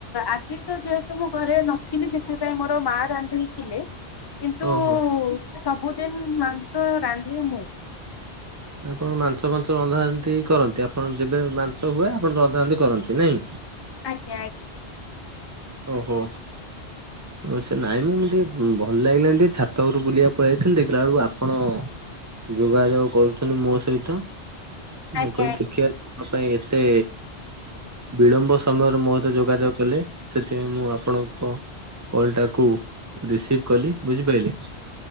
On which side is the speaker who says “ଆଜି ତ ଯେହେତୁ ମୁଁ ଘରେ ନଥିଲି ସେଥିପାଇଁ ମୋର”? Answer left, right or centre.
Left